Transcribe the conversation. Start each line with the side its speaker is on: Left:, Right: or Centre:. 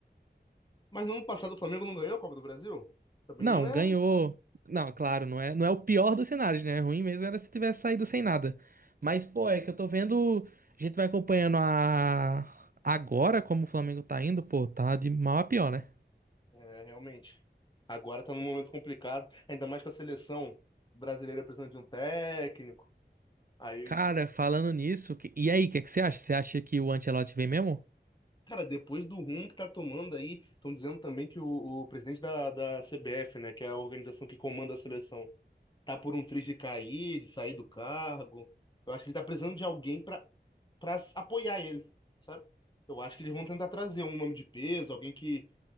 Left: Mas no ano passado o Flamengo não ganhou a Copa do Brasil? Também
Right: Não,
Left: não é
Right: ganhou. Não, claro, não é, não é o pior dos cenários, né? É Ruim mesmo era se tivesse saído sem nada. Mas, pô, é que eu tô vendo. A gente vai acompanhando a. Agora como o Flamengo tá indo, pô, tá de mal a pior, né?
Left: É, realmente. Agora tá num momento complicado, ainda mais com a seleção brasileira precisando de um técnico. Aí,
Right: Cara, falando nisso, que- e aí, o que é que você acha? Você acha que o Ancelotti vem mesmo?
Left: cara, depois do rumo que tá tomando aí, estão dizendo também que o, o presidente da, da CBF, né, que é a organização que comanda a seleção, tá por um triz de cair, de sair do cargo. Eu acho que ele tá precisando de alguém pra para apoiar ele, sabe? Eu acho que eles vão tentar trazer um nome de peso, alguém que,